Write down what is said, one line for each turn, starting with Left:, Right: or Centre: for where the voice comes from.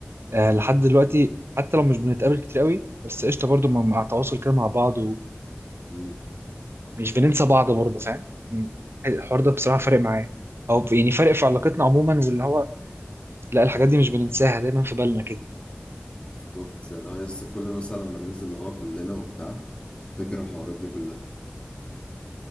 Right: آه، لحد دلوقتي حتى لو مش بنتقابل كتير قوي بس قشطة برضو مع مع التواصل كده مع بعض
Left: مم.
Right: مش بننسى بعض برضه فاهم يعني الحوار ده بصراحة فارق معايا او يعني فارق في علاقتنا عموما واللي هو لا الحاجات دي مش بننساها دايما في بالنا كده
Left: بالظبط اللي هو لسه كل مثلا لما ننزل اللي هو كلنا وبتاع افتكر الحوارات دي كلها